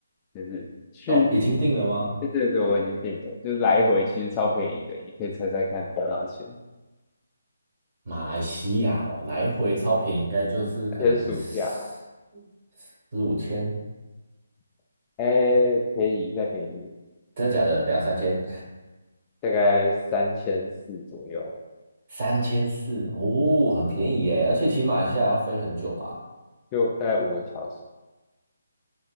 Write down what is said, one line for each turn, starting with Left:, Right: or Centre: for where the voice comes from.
Left: 就是去，
Right: 哦，已经定了吗？
Left: 对对对，我已经订了，就是来回其实超便宜的，你可以猜猜看多少钱？
Right: 马来西亚哦，来回超便宜，应该就是可能四
Left: 而且是暑假，
Right: 四五千，
Left: 哎，便宜再便宜一点，
Right: 真的假的？两三千，
Left: 大概三千四左右，
Right: <laughs> 三千四哦，很便宜耶！而且骑马来西亚要飞很久吧？
Left: 就大概五个小时。